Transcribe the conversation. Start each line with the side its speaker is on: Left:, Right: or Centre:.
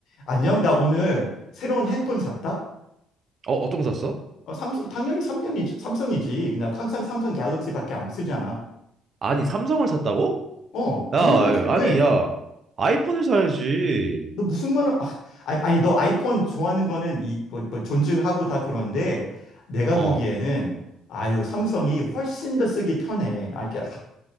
Left: 안녕, 나 오늘 새로운 핸폰 샀다?
Right: 어, 어떤 거 샀어?
Left: 어, 삼성, 당연히 삼성이지. 삼성이지. 나 항상 삼성 갤럭시밖에 안 쓰잖아.
Right: 아니, 삼성을 샀다고?
Left: 어,
Right: 야,
Left: 당연하지.
Right: 아니,
Left: 왜?
Right: 야, 아이폰을 사야지.
Left: 너 무슨 말을, 아, 아니, 아니, 너 아이폰 좋아하는 거는 이, 뭐, 뭐 존중하고 다 그런데 내가
Right: 어.
Left: 보기에는 아유, 삼성이 훨씬 더 쓰기 편해. 아, 이게, 아,